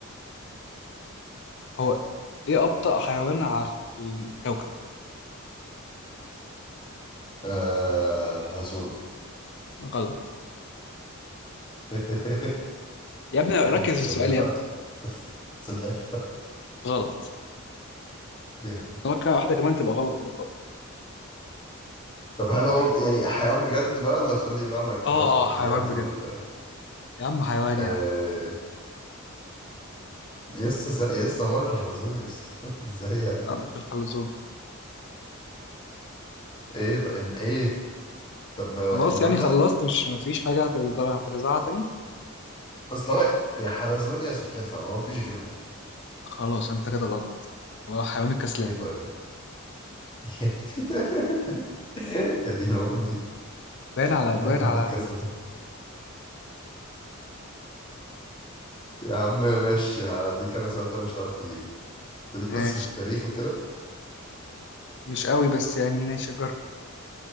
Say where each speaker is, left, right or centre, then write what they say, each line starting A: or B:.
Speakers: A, on the left (about 55°); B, on the left (about 25°).
A: هو ايه ابطأ حيوان على الكوكب
B: آه الحلزون
A: غلط
B: <laughs>
A: يا ابني ركز
B: سلحفة
A: في السؤال يا ابني.
B: سلحفة
A: غلط
B: يعني
A: ممكن واحدة كمان تبقى غلط كده خالص
B: طب هل هو يعني حيوان بجد بقى ولا تقول لي بقى ميكروبات
A: اه
B: والكيميائيات
A: اه حيوان بجد
B: وال
A: يا عم حيوان
B: آه
A: يا عم
B: يس س- يس هو الحلزون يس <laughs> ازاي يعني
A: لا مش الحلزون
B: ايه طب ان ايه طب
A: خلاص
B: النملة
A: يعني خلصت مش مفيش حاجة هتقدر هترزعها تاني
B: اصل هو يا حلزون يا سلحفة ما فيش غيرهم
A: خلاص انت كده غلط هو حيوان الكسلان
B: ايه طيب <laughs> يا دين امي
A: باين على
B: الله
A: باين
B: كان
A: على
B: الكسلة
A: ال...
B: <laughs> يا عم ماشي هديك انا سألتها مش هتعرف تجيبه خليك
A: ماشي
B: بس في التاريخ وكده
A: مش قوي بس يعني ماشي جرب